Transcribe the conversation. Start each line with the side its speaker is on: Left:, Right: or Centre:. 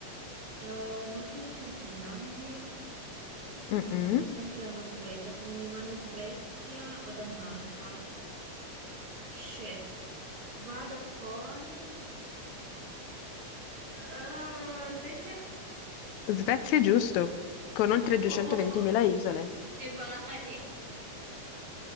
Right: Eh, non credo sia la Finlandia,
Left: Mm-mm.
Right: anche la Norvegia, quindi mi rimane Svezia o Danimarca. Shit, vado con eh, Svezia
Left: Svezia è giusto, con oltre
Right: <laughs>
Left: 220.000 isole,
Right: e vai.